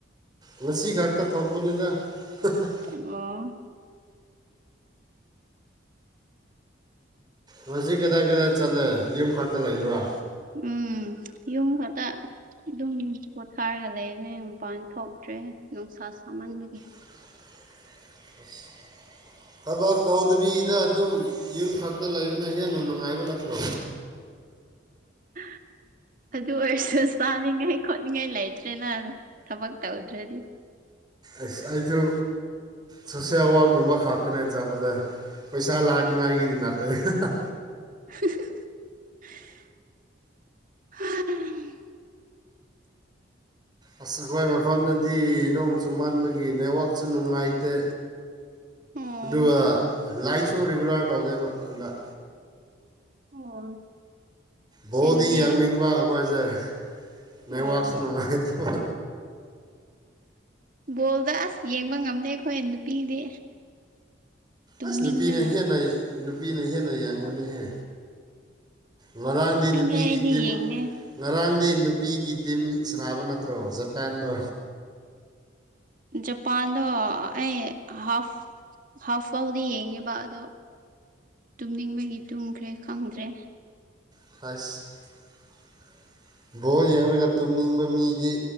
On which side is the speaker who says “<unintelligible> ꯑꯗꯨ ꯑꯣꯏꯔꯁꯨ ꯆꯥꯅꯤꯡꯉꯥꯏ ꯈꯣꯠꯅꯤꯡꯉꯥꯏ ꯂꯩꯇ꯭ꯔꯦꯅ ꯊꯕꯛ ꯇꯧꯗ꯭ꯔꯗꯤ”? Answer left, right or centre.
Right